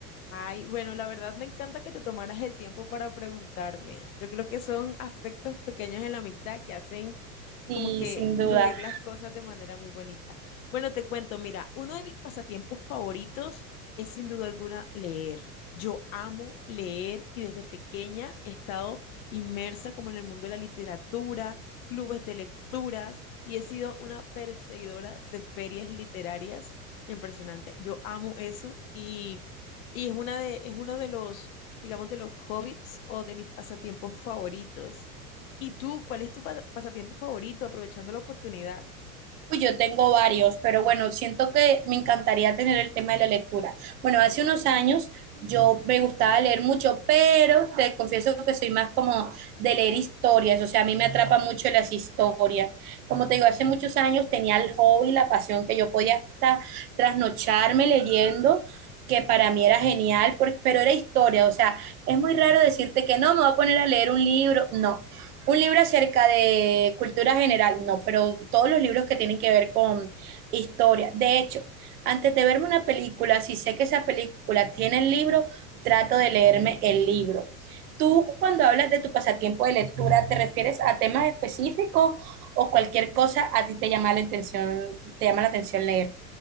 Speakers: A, on the left (about 60°); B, on the right (about 70°).
A: Ay, bueno, la verdad me encanta que te tomaras el tiempo para preguntarme. Yo creo que son aspectos pequeños en la amistad que hacen
B: Sí,
A: como que
B: sin duda.
A: fluir las cosas de manera muy bonita. Bueno, te cuento, mira, uno de mis pasatiempos favoritos es sin duda alguna leer. Yo amo leer y desde pequeña he estado inmersa como en el mundo de la literatura, clubes de lecturas y he sido una perseguidora de ferias literarias impresionante. Yo amo eso y, y es una de, es uno de los, digamos, de los hobbits o de mis pasatiempos favoritos. ¿Y tú, cuál es tu fa- pasatiempo favorito, aprovechando la oportunidad?
B: Uy, yo tengo varios, pero bueno, siento que me encantaría tener el tema de la lectura. Bueno, hace unos años yo me gustaba leer mucho, pero te confieso que soy más como de leer historias, o sea, a mí me atrapa mucho las historias. Como te digo, hace muchos años tenía el hobby, la pasión que yo podía hasta trasnocharme leyendo. que para mí era genial, por- pero era historia, o sea, es muy raro decirte que no, me voy a poner a leer un libro, no, un libro acerca de cultura general, no, pero todos los libros que tienen que ver con historia. De hecho, antes de verme una película, si sé que esa película tiene el libro, trato de leerme el libro. Tú, cuando hablas de tu pasatiempo de lectura, ¿te refieres a temas específicos o cualquier cosa a ti te llama la atención, te llama la atención leer?